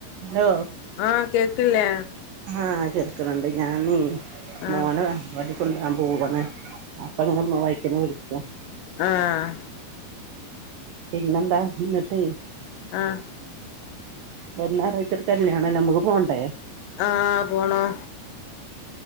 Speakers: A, on the right; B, on the left.
A: ഹലോ
B: ആഹ് കേക്കില്ലേ
A: ആഹ് കേക്കണണ്ട് ഞാനേ
B: ആഹ്
A: മോനതാ <unintelligible>
B: ആഹ്
A: പിന്നന്താ ന്നട്ടേ
B: ആഹ്
A: വര്നാറാഴച ഒര് കല്യാണ നമുക്ക് പോണ്ടേ
B: ആഹ് പോണം